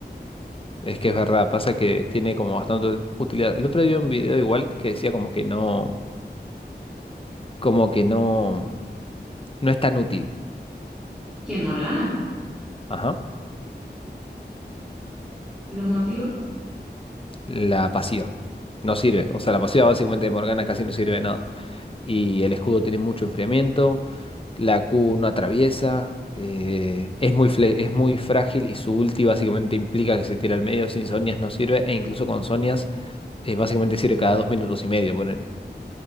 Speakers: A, on the left; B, in the centre.
A: Es que es verdad, pasa que tiene como bastante utilidad. El otro día vi un video igual que decía como que no, como que no, no es tan útil.
B: ¿Quién, Morgana?
A: Ajá.
B: ¿Los motivos?
A: La pasiva. No sirve. O sea, la pasiva básicamente de Morgana casi no sirve de nada. y el escudo tiene mucho enfriamiento, la Q no atraviesa, eh, es muy fle- es muy frágil y su ulti básicamente implica que se tira al medio, sin Sonias no sirve, e incluso con Sonias eh, básicamente sirve cada dos minutos y medio, ponele.